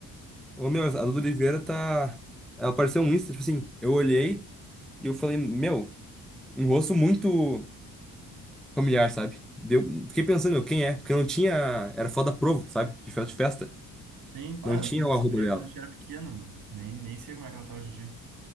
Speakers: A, in the centre; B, on the right.
A: Ô, meu, a Duda Oliveira tá. Ela apareceu um Insta, tipo assim. Eu olhei e eu falei, meu, um rosto muito familiar, sabe? Deu... Fiquei pensando, meu, quem é? Porque não tinha. Era foto da Provo, sabe? De festa de festa.
B: Sim, pai,
A: Não tinha
B: eu lembro dessa
A: o arroba
B: guria
A: dela.
B: quando a gente era pequeno, mano. Nem, nem sei como é que ela tá hoje em dia.